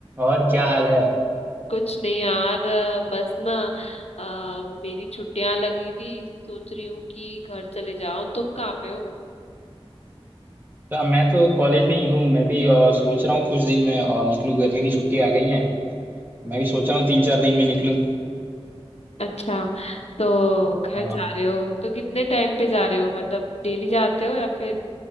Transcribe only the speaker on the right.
और क्या हाल है
तो मैं तो कॉलेज में ही हूँ मैं भी अ, सोच रहा हूँ कुछ दिन में और निकलूँ गर्मी की छुट्टी आ गई है मैं भी सोच रहा हूँ तीन चार दिन में निकलूँ
हाँ